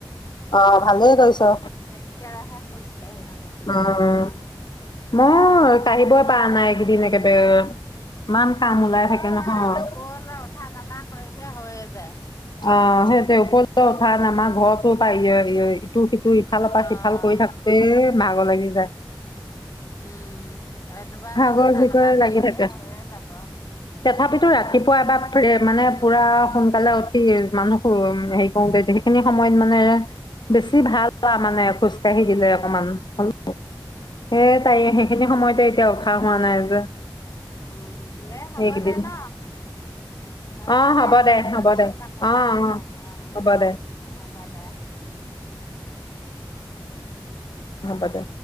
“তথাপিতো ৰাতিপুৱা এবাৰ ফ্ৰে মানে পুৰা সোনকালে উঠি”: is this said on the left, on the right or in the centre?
Left